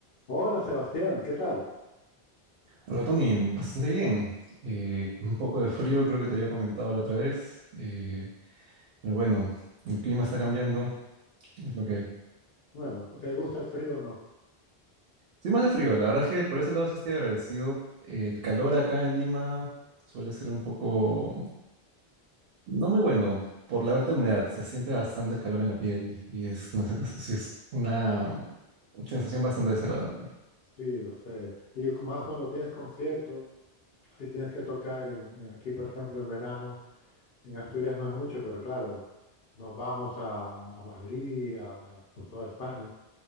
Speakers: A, on the left; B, on the right.
A: Hola Sebastián, ¿qué tal?
B: Hola Tony, bastante bien. Eh, con un poco de frío, creo que te había comentado la otra vez. eh, pero bueno, el clima está cambiando, es lo que hay.
A: Bueno, ¿te gusta el frío o no?
B: Soy más de frío, la verdad es que por ese lado sí estoy agradecido. El calor acá en Lima suele ser un poco, no muy bueno, por la alta humedad. Se siente bastante el calor en la piel y es una, sens- sí, es una sensación bastante desagradable,
A: Sí, lo sé. Y más cuando tienes concierto, si tienes que tocar en, en- aquí, por ejemplo, en verano, en Asturias no es mucho, pero claro, nos vamos a, a Madrid, a- a- por toda España.